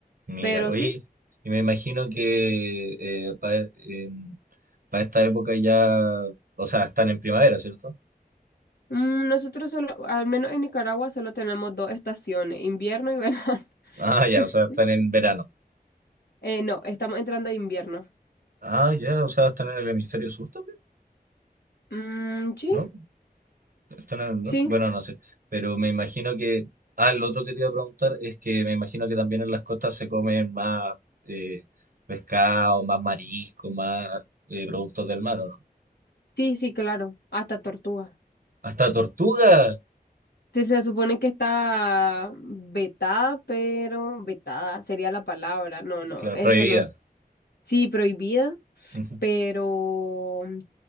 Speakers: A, on the right (about 60°); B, on the left (about 85°).
A: Mira,
B: Pero
A: oye,
B: sí.
A: y me imagino que eh, para esta época ya, o sea, están en primavera, ¿cierto?
B: Mm, Nosotros solo, al menos en Nicaragua, solo tenemos dos estaciones, invierno y verano.
A: Ah, ya,
B: <laughs>
A: o sea, están en verano.
B: Eh, no, estamos entrando a invierno.
A: Ah, ya, o sea, están en el hemisferio sur también,
B: Mm, sí,
A: ¿no? Están en el norte,
B: sí,
A: bueno, no sé, pero me imagino que, ah, lo otro que te iba a preguntar es que me imagino que también en las costas se comen más eh, pescado, más marisco, más eh, productos del mar, ¿o no?
B: sí, sí, claro, hasta tortuga.
A: Hasta tortuga,
B: Se, se supone que está vetada, pero vetada sería la palabra. No, no,
A: claro,
B: eso
A: prohibida.
B: no. Sí, prohibida,
A: Ujú,
B: pero mm,